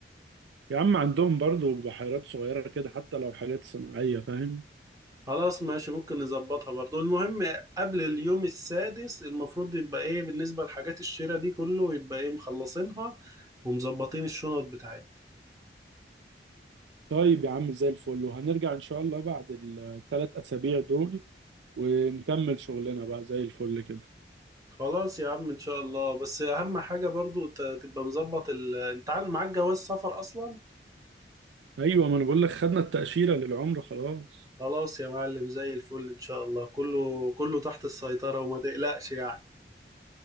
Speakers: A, on the right; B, on the right.
A: يا عم عندهم برضه بحيرات صغيره كده حتى لو حاجات صناعيه فاهم
B: خلاص ماشي ممكن نظبطها برضو المهم قبل اليوم السادس المفروض يبقى إيه بالنسبة لحاجات الشراء دي كله يبقى إيه مخلصينها ومظبطين الشنط بتاعتنا
A: طيب يا عم زي الفل وهنرجع ان شاء الله بعد الثلاث اسابيع دول ونكمل شغلنا بقى زي الفل كده
B: خلاص يا عم ان شاء الله بس اهم حاجة برضو ت- تبقى مظبط ال... انت عن- معاك جواز سفر اصلا
A: ايوه ما انا بقول لك خدنا التأشيرة للعمرة خلاص
B: خلاص يا معلم زي الفل ان شاء الله كله كله تحت السيطرة وما تقلقش يعني